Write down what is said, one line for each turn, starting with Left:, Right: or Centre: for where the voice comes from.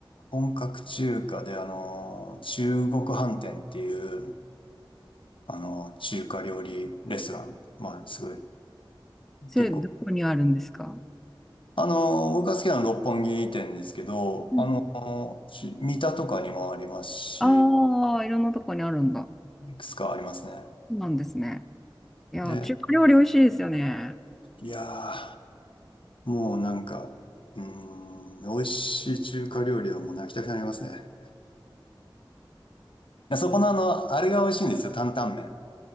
Left: 本格中華で、あの、中国飯店っていう、あの、中華料理レストラン。まあ、すごい、
Centre: それ、
Left: 結構。
Centre: どこにあるんですか
Left: あの、僕が好きなのは六本木店ですけど、
Centre: うん。
Left: あの、ち三田とかにもありますし、
Centre: ああー、いろんなとこにあるんだ。
Left: いくつかありますね。
Centre: そうなんですね。いや、
Left: で、
Centre: 中華料理美味しいですよね。
Left: いやー、もうなんか、うーん、美味しい中華料理はもう泣きたくなりますね。いやそこのあの、あれが美味しいんですよ、担々麺。